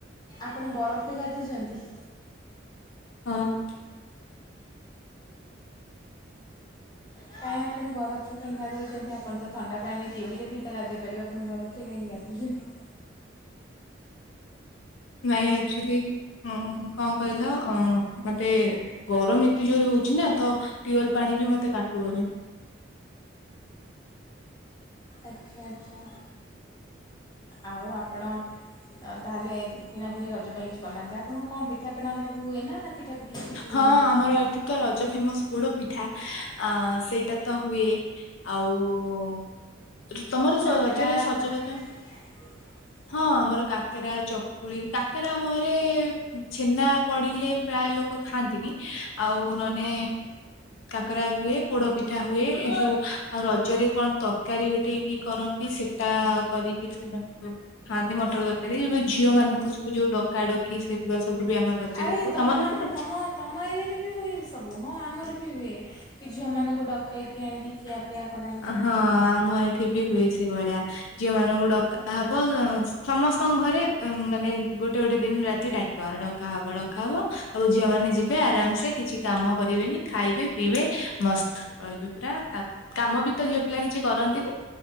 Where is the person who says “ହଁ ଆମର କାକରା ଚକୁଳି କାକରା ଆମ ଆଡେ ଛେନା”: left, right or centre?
Left